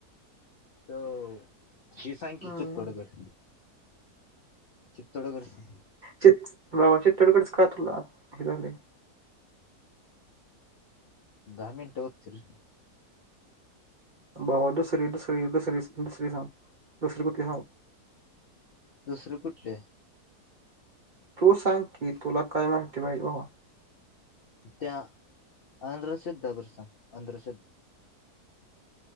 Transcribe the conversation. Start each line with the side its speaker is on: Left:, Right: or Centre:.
Left: त्यो हे सांग की
Right: हम्म
Left: चित्तोड गड. चित्तोड गड सांग
Right: चित भावा चित्तोड गडच का तुला हे झालय
Left: दहा मिनिट होतील.
Right: भावा दुसरी दुसरी दुसरी दुसरी सांग दुसरी कुठली सांगु
Left: दुसरी कुठली ये
Right: तू सांग की तुला काय माहिती पाहिजे भावा
Left: त्या अंधश्रद्धा वर सांग अंधश्रद्धा